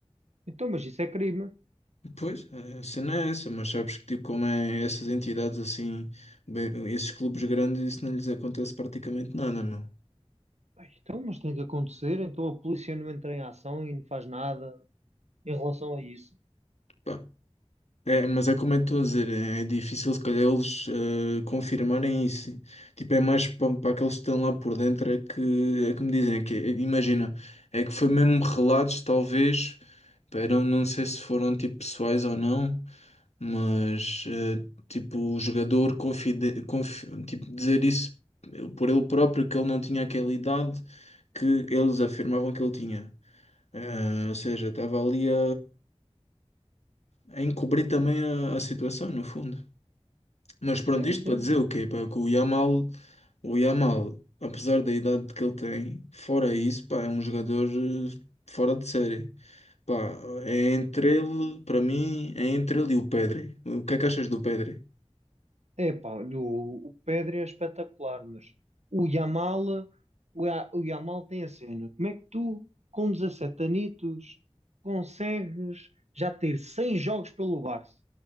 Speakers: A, on the right; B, on the left.
A: Então, mas isso é crime.
B: Pois, a cena é essa, mas sabes que tipo como é essas entidades assim, bem, esses clubes grandes, isso não lhes acontece praticamente nada, meu.
A: "Ai, Então, mas tem que acontecer. Então a polícia não entra em ação e não faz nada em relação a isso.
B: Pá, É, mas é como eu estou a dizer, é difícil se calhar eles eh, confirmarem isso. Tipo, é mais para aqueles que estão lá por dentro é que, é que me dizem, é que, é- imagina, é que foi mesmo relatos, talvez, era, não sei se foram tipo pessoais ou não, mas eh, tipo, o jogador confide, confi, tipo, dizer isso por ele próprio, que ele não tinha aquela idade que eles afirmavam que ele tinha. Eh, ou seja, estava ali a, a encobrir também a a situação, no fundo. Mas pronto,
A: Sim,
B: isto
A: sim.
B: para dizer o quê? Pá, que o Yamal, o Yamal, apesar da idade que ele tem, fora isso, pá, é um jogador eh, fora de série. Pá, é entre ele, para mim, é entre ele e o Pedri. O que é que achas do Pedri?
A: Epá, o, o Pedri é espetacular, mas o Yamal, o, Ya- o Yamal tem a cena. Como é que tu, com 17 anitos, consegues já ter 100 jogos pelo Barça?